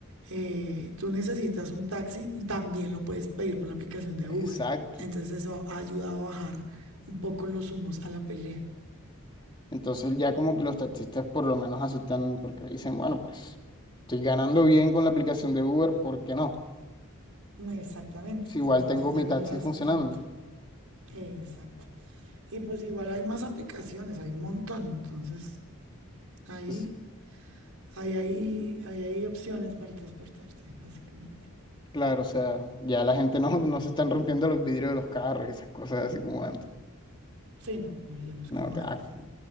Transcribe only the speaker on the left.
Exacto.
Entonces ya como que los taxistas por lo menos aceptan porque dicen, bueno, pues estoy ganando bien con la aplicación de Uber, ¿por qué no?
Si igual
tengo
mi
taxi
funcionando.
Pues,
claro, o sea, ya la gente <laughs> no, no se están rompiendo los vidrios de los carros y esas cosas así como antes.
No,
que,
ah,